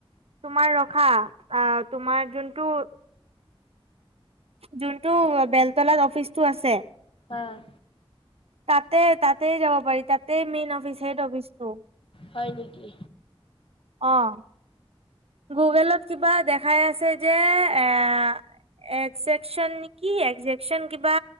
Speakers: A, on the right (about 75°); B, on the left (about 60°).
A: তোমাৰ ৰখা অঁ তোমাৰ যোনটো- যোনটো বেলতলাত অফিচটো আছে-
B: আহ
A: তাতে তাতেই যাব পাৰি তাতেই মেইন অফিচ হেড অফিচটো।
B: হয়ঁ নেকি?
A: অঁ! গোগলত কিবা দেখাই আছে যে এ- একজকচন নেকি একজেকচন কিবা